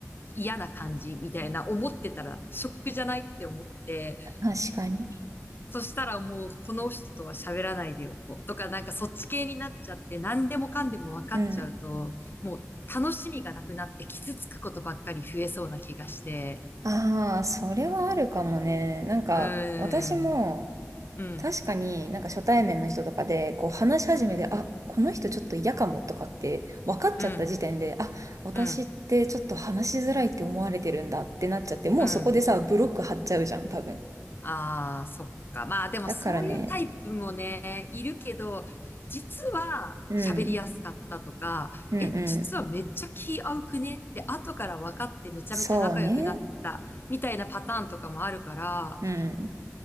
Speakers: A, on the left (about 40°); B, on the right (about 75°).
A: 嫌な感じみたいな思ってたらショックじゃないって思って、
B: 確かに。
A: そしたらもうこの人とは喋らないでおこうとか、なんかそっち系になっちゃって何でもかんでも分かっちゃうと、
B: うん。
A: もう楽しみがなくなって傷つくことばっかり増えそうな気がして、
B: ああ、それはあるかもね。なんか私も
A: うーん、うん、
B: 確かになんか初対面の人とかでこう話し始めて、あ、この人ちょっと嫌かもとかって分かっちゃった時点で、
A: うん、
B: あ、私ってちょっと話しづらいって思われてるんだってなっちゃって、
A: うん、
B: もうそこでさ、
A: うん。
B: ブロック張っちゃうじゃん、多分。
A: ああ、そっか。まあでもそういうタイプもね、
B: だからね、
A: いるけど、実は喋りやすかったとか、
B: うん、うんうん。
A: え、実はめっちゃ気合うくねって後から分かってめちゃめちゃ仲良くなったみたいなパターンとかもあるから、
B: そうね。うん。